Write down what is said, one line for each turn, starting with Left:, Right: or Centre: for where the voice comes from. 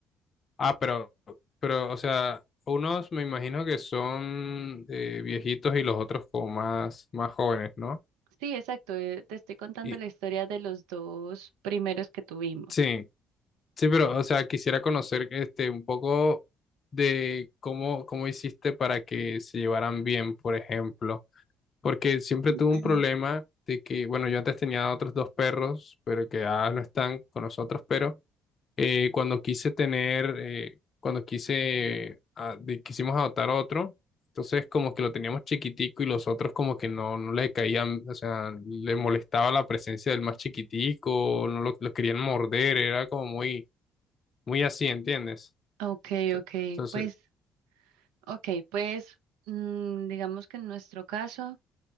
Left: Ah, pero, pero, o sea, unos me imagino que son eh, viejitos y los otros como más, más jóvenes, ¿no?
Right: Sí, exacto, eh, te estoy contando
Left: Y,
Right: la historia de los dos primeros que tuvimos.
Left: sí, sí, pero, o sea, quisiera conocer este un poco de cómo, cómo hiciste para que se llevaran bien, por ejemplo, porque siempre
Right: <clears throat>
Left: tuve un problema de que, bueno, yo antes tenía otros dos perros, pero que ya no están con nosotros, pero Eh, cuando quise tener, eh, cuando quise, ah, de- quisimos adoptar otro, entonces como que lo teníamos chiquitico y los otros como que no, no le caían, o sea, le molestaba la presencia del más chiquitico, no lo, lo querían morder, era como muy, muy así, ¿entiendes?
Right: Ok,
Left: Ento-
Right: ok,
Left: Entonces,
Right: pues, ok, pues, mm, digamos que en nuestro caso,